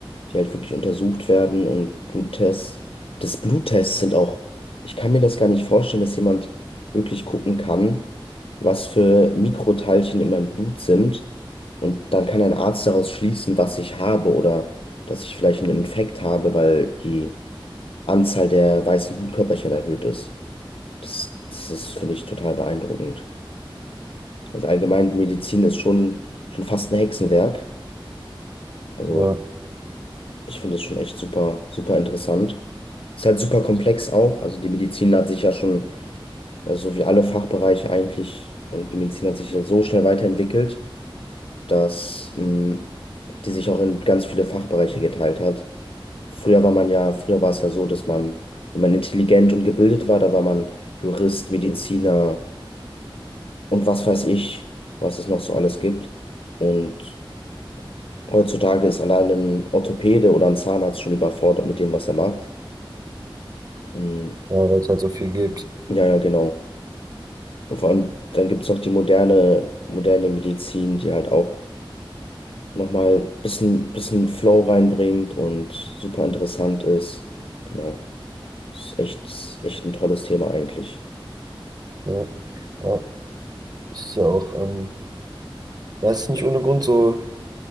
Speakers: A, on the left; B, on the right.
A: die halt wirklich untersucht werden und Bluttests. Das Bluttests sind auch, ich kann mir das gar nicht vorstellen, dass jemand wirklich gucken kann, was für Mikroteilchen in meinem Blut sind. Und dann kann ein Arzt daraus schließen, was ich habe oder dass ich vielleicht einen Infekt habe, weil die Anzahl der weißen Blutkörperchen erhöht ist. Das, das ist, finde ich, total beeindruckend. Also allgemein, Medizin ist schon, schon fast ein Hexenwerk. Also
B: Ja,
A: Ich finde es schon echt super, super interessant. Ist halt super komplex auch. Also die Medizin hat sich ja schon, äh, so wie alle Fachbereiche eigentlich, und die Medizin hat sich ja so schnell weiterentwickelt, dass mh, die sich auch in ganz viele Fachbereiche geteilt hat. Früher war man ja, früher war es ja so, dass man, wenn man intelligent und gebildet war, da war man Jurist, Mediziner und was weiß ich, was es noch so alles gibt. Und heutzutage ist allein ein Orthopäde oder ein Zahnarzt schon überfordert mit dem, was er macht. Hm,
B: ja weil es halt so viel gibt.
A: Ja, ja, genau. Und vor allem, dann gibt es noch die moderne, moderne Medizin, die halt auch nochmal ein bisschen, bisschen Flow reinbringt und super interessant ist. Genau. Ist echt, ist echt ein tolles Thema eigentlich.
B: Ja, ja. Das ist ja auch, ähm, das ist nicht ohne Grund so